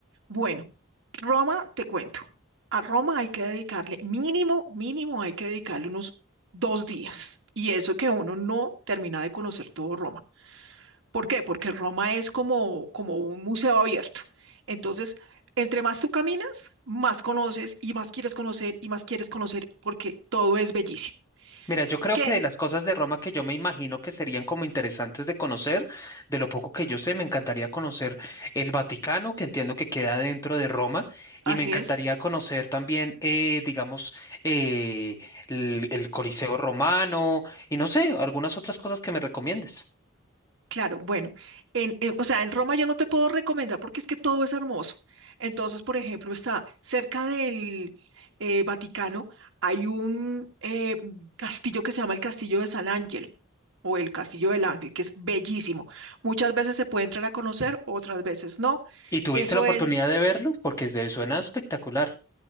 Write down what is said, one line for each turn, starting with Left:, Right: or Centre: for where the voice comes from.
Right: bueno, Roma, te cuento. A Roma hay que dedicarle mínimo, mínimo hay que dedicarle unos dos días. Y eso que uno no termina de conocer todo Roma. ¿Por qué? Porque Roma es como, como un museo abierto. Entonces, entre más tú caminas, más conoces y más quieres conocer y más quieres conocer porque todo es bellísimo.
Left: Mira, yo creo
Right: ¿Qué?
Left: que de las cosas de Roma que yo me imagino que serían como interesantes de conocer, de lo poco que yo sé, me encantaría conocer el Vaticano, que entiendo que queda dentro de Roma, y
Right: Así
Left: me encantaría
Right: es.
Left: conocer también, eh, digamos, eh, el, el Coliseo romano y no sé, algunas otras cosas que me recomiendes.
Right: Claro, bueno, en, en- o sea, en Roma yo no te puedo recomendar porque es que todo es hermoso. Entonces, por ejemplo, está cerca del eh, Vaticano, hay un eh, castillo que se llama el Castillo de San Ángel o el Castillo del Ángel, que es bellísimo. Muchas veces se puede entrar a conocer, otras veces no.
Left: ¿Y tuviste
Right: Eso
Left: la oportunidad
Right: es
Left: de verlo? Porque de- suena espectacular.